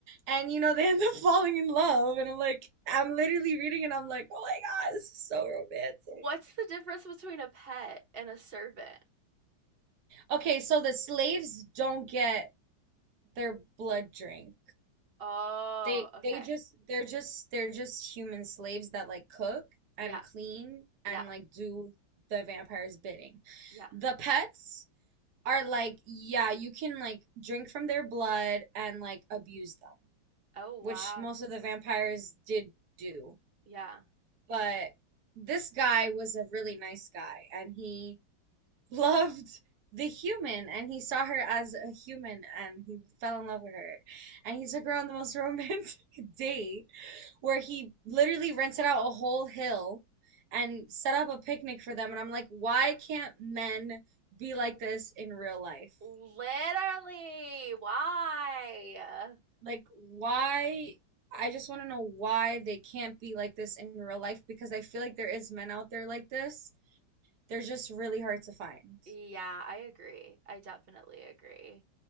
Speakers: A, on the right (about 55°); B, on the right (about 35°).
A: and you know they end up <laughs> falling in love and I'm like I'm literally reading and I'm like oh my God this is so romantic
B: What's the difference between a pet and a servant?
A: okay so the slaves don't get their blood drink
B: Oh,
A: They
B: okay.
A: they just they're just they're just human slaves that like cook and
B: Yeah,
A: clean and
B: yeah,
A: like do the vampire's bidding.
B: yeah.
A: The pets are like, yeah, you can like drink from their blood and like abuse them,
B: Oh,
A: which
B: wow.
A: most of the vampires did do.
B: Yeah.
A: But this guy was a really nice guy and he loved the human and he saw her as a human and he fell in love with her and he took her on the most romantic <laughs> date where he literally rented out a whole hill and set up a picnic for them and I'm like why can't men be like this in real life
B: Literally, why?
A: like why I just want to know why they can't be like this in real life because I feel like there is men out there like this they're just really hard to find
B: Yeah, I agree. I definitely agree.